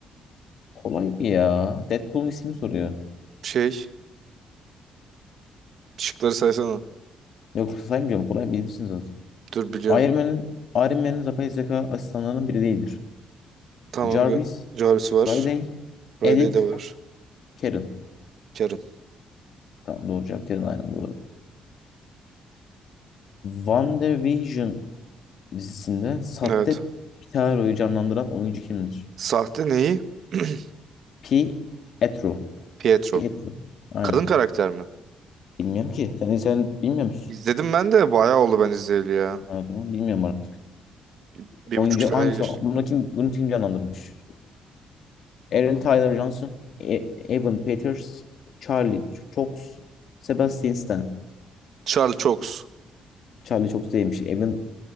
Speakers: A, on the left; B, on the right.
A: Kolay bir ya. Deadpool'un ismini soruyor.
B: Şey şıkları saysana.
A: Yok saymayacağım. Kolay bilirsiniz zaten.
B: Dur biliyorum.
A: Iron Man'in Iron Man'in yapay zeka asistanlarının biri değildir.
B: Tamam
A: Jarvis,
B: gö- Jarvis var.
A: Friday,
B: Friday
A: Edith,
B: de var.
A: Karen.
B: Karen.
A: Tamam doğru cevap Karen aynen doğru. WandaVision dizisinde sahte
B: Evet.
A: Pitaro'yu canlandıran oyuncu kimdir?
B: Sahte neyi? <clears throat>
A: Pietro.
B: Pietro.
A: Pietro. Aynen.
B: Kadın karakter mi?
A: Bilmiyorum ki. Sen, sen bilmiyor musun?
B: İzledim ben de bayağı oldu ben izleyeli ya.
A: Ha, o bilmiyorum artık.
B: Bir, bir
A: Oyuncu
B: buçuk sene
A: hangisi?
B: geçti.
A: Bunu kim, bunu kim canlandırmış? Aaron Tyler Johnson, E- Evan Peters, Charlie Cox, Sebastian Stan.
B: Charles Cox.
A: Charlie Cox değilmiş. Evan